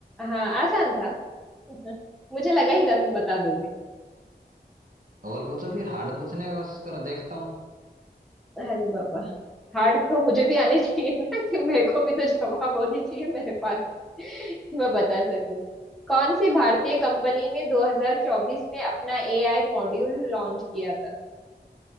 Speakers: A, in the centre; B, on the right.
A: हाँ आसान था <laughs> मुझे लगा ही था तुम बता दोगे
B: और पूछो फिर हार्ड पूछने का कोशिश करो देखता हूँ
A: अरे बाबा हार्ड तो मुझे भी आनी चाहिए ना कि मेरे को भी तो जवाब होने चाहिए मेरे पास <laughs> कि मैं बता सकूं कौन सी भारतीय कंपनी ने 2024 में अपना एआई मॉड्यूल लॉन्च किया था